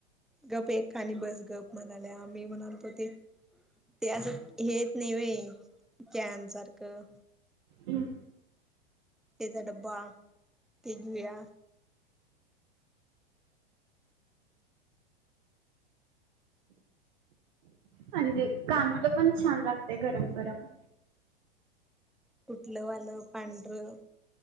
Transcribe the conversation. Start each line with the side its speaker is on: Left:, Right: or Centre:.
Centre: गप एक खा, आणि बस गप म्हणाल्या. म मी म्हणालतो ते, ते असं हेे येत नाही होय कॅनसारखं
Right: हम्.
Centre: तेझा ड्बा, ते घेऊया.
Right: म्हणजे कानूल पण छान लागतय, गरम गरम.
Centre: कुठलं वालं, पांढरं?